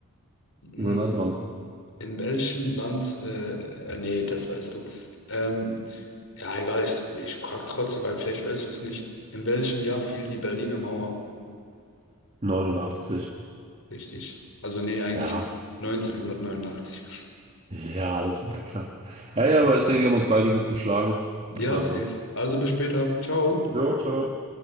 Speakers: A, on the left; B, on the right.
A: in
B: Immer nah dran.
A: welchem Land? Äh, äh, nee, das weißt du. Ähm, ja, egal, ich, ich frage trotzdem, weil vielleicht weißt du es nicht. In welchem Jahr fiel die Berliner Mauer?
B: 89.
A: Richtig. Also nee, eigentlich
B: Ja.
A: neunzehnhundertneunundachtzig.
B: Ja, das ist ja klar. Ja, ja, aber ich denke, wir haben uns beide gut geschlagen.
A: Ja,
B: Also.
A: safe. Also bis später. Ciao.
B: Jo, ciao.